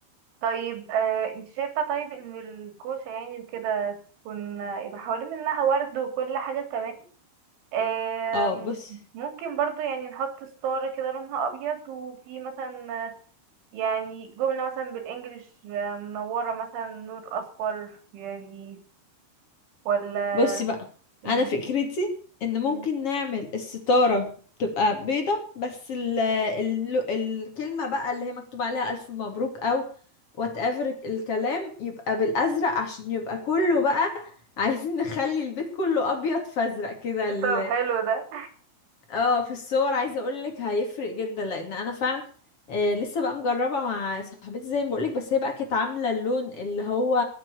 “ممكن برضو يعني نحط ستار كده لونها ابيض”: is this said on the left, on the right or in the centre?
Right